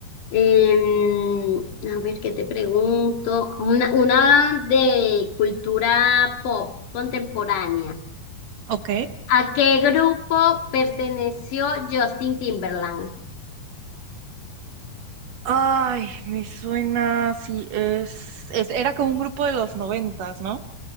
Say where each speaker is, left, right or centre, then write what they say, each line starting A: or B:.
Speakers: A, on the left; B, on the right.
A: Em, a ver, ¿qué te pregunto? Una, una de cultura pop contemporánea.
B: Ok.
A: ¿A qué grupo perteneció Justin Timberland?
B: Ay, me suena, sí, es, es- era como un grupo de los noventas, ¿no?